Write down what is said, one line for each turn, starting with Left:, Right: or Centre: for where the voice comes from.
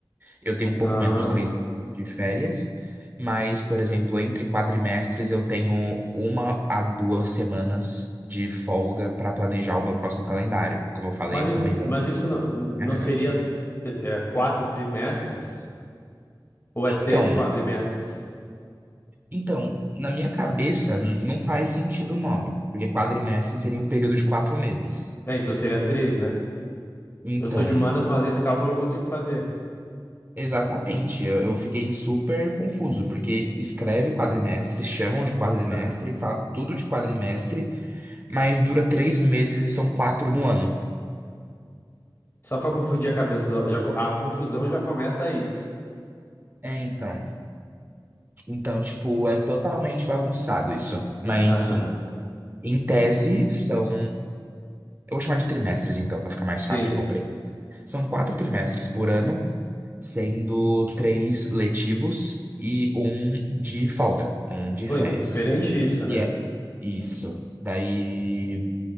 Right: Eu tenho um pouco
Left: Ah.
Right: menos de três meses de férias, mas, por exemplo, entre quadrimestres eu tenho uma a duas semanas de folga para planejar o meu próximo calendário. Como eu falei,
Left: Mas
Right: eu
Left: isso,
Right: também monto
Left: mas isso não, não
Right: minha grade.
Left: seria é, quatro trimestres? Ou
Right: Então,
Left: é três quadrimestres?
Right: então, na minha cabeça n- não faz sentido o nome, porque quadrimestre seria um período de quatro meses.
Left: É, então seria três, né?
Right: Então,
Left: Eu sou de humanas, mas esse cálculo eu consigo fazer.
Right: exatamente, eu, eu fiquei super confuso, porque escreve quadrimestre, chamam de quadrimestre,
Left: Ah,
Right: fala tudo de quadrimestre, mas dura três meses e são quatro no ano.
Left: só para confundir a cabeça, do, já co- a confusão já começa aí.
Right: É, então. Então, tipo, é totalmente bagunçado isso. Mas,
Left: Aham,
Right: enfim, em tese são. Eu vou chamar de trimestres, então, para ficar mais
Left: Sim.
Right: fácil de São quatro trimestres por ano, sendo três letivos e um de folga, um de
Left: Pô,
Right: férias.
Left: diferente isso,
Right: E
Left: né?
Right: é isso. Daí,